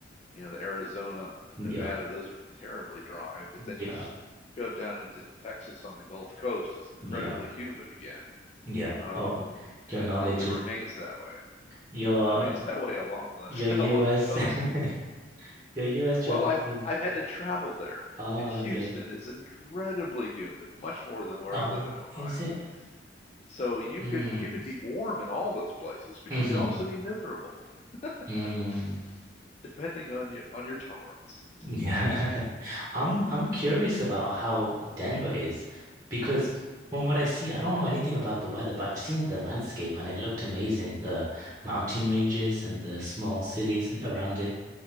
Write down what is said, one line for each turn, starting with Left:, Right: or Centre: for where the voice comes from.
Left: you know, the Arizona and
Right: Yeah,
Left: Nevada, those are terribly dry. But then
Right: yeah,
Left: you s- shove down into Texas on the Gulf Coast, it's incredibly
Right: yeah, Sure.
Left: humid again.
Right: yeah.
Left: Um,
Right: Oh, your knowledge
Left: it probably remains
Right: is
Left: that way.
Right: your
Left: It remains that way along the
Right: your US
Left: <laughs> along the coast.
Right: <laughs> your US geography.
Left: Well, I've I've had to travel there,
Right: Oh,
Left: and Houston
Right: okay.
Left: is incredibly humid, much more than where
Right: Oh,
Left: I live
Right: Right.
Left: in Ohio.
Right: is it?
Left: So you
Right: Mm.
Left: could you could be warm in all those places, but
Right: hmm
Left: you could also be miserable,
Right: Mm.
Left: <laughs> depending on you on your tolerance.
Right: Yeah. <laughs> I'm I'm curious about how Denver is because from what I see, I don't know anything about the weather, but I've seen the landscape and it looked amazing. The mountain ranges and the small cities and around it.